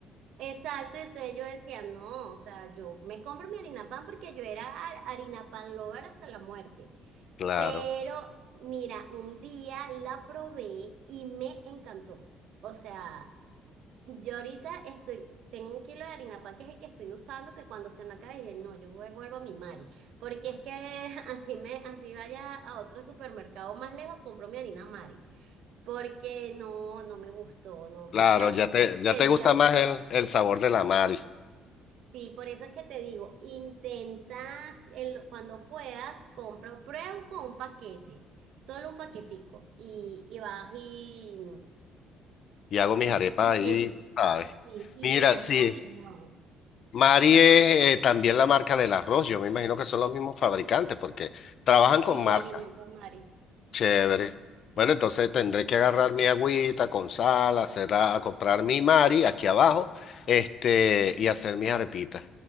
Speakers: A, on the right; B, on the left.
A: Exacto, entonces yo decía, no, o sea, yo me compro mi harina pan porque yo era har- harina pan lover hasta la muerte.
B: Claro,
A: Pero mira, un día la probé y me encantó. O sea, yo ahorita estoy, tengo un kilo de harina pan que es el que estoy usando, que cuando se me acabe dije, no, yo vuel- vuelvo a mi Mari, porque es que <laughs> así me, así vaya a otro supermercado más lejos, compro mi harina Mari, porque no, no me gustó, no, o
B: claro,
A: sea,
B: ya te,
A: siéntelo,
B: ya te gusta más el, el sabor de la Mari.
A: Sí, por eso es que te digo, intentas en lo- cuando puedas, compra, prueba con un paquete, solo un paquetico, y, y vas y,
B: Y hago mis arepas
A: y
B: ahí,
A: me, di-
B: ¿sabes?
A: sí, y
B: Mira,
A: me das
B: sí,
A: tu opinión.
B: Mari es eh, también la marca del arroz. Yo me imagino que son los mismos fabricantes porque trabajan con
A: Sí,
B: marcas.
A: Alimentos Mares.
B: Chévere. Bueno, entonces tendré que agarrar mi agüita con sal, hacer a, a comprar mi Mari aquí abajo, este, y hacer mis arepitas.